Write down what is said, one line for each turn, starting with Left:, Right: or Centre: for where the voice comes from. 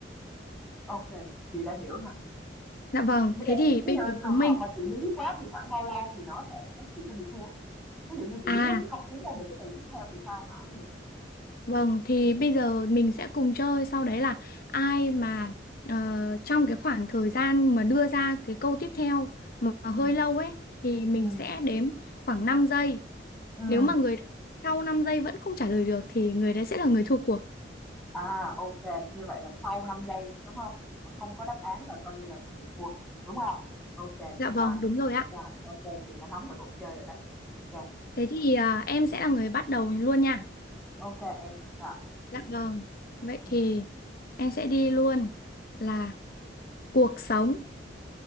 Centre: Ô chị đã hiểu rồi.
Left: Dạ vâng,
Centre: Như
Left: thế
Centre: vậy
Left: thì
Centre: ví
Left: bây
Centre: dụ
Left: giờ
Centre: trường
Left: chúng mình
Centre: hợp mà chị bí quá thì khoảng bao lâu thì nó sẽ chị sẽ bị thua? Ví dụ như chị
Left: à
Centre: bí quá chị không kiếm ra được cái từ tiếp theo thì sao hả Hường?
Left: Vâng, thì bây giờ mình sẽ cùng chơi sau đấy là ai mà ờ, trong cái khoảng thời gian mà đưa ra cái câu tiếp theo mà
Centre: Ừm,
Left: mà hơi lâu ấy thì mình
Centre: ừm,
Left: sẽ đếm khoảng 5 giây.
Centre: ừm.
Left: Nếu mà người sau 5 giây vẫn không trả lời được thì người đấy sẽ là người thua cuộc.
Centre: À, ok, như vậy là sau 5 giây đúng không? Mà không có đáp án là coi như là mình bị thua, đúng không? Ok,
Left: Dạ vâng,
Centre: rồi,
Left: đúng rồi ạ.
Centre: rồi, ok, chị đã nắm được luật chơi rồi đấy. Ok,
Left: Thế thì à, em sẽ là người bắt đầu luôn nha.
Centre: ok em, rồi.
Left: Dạ vâng. Vậy
Centre: Ừ.
Left: thì em sẽ đi luôn là cuộc sống.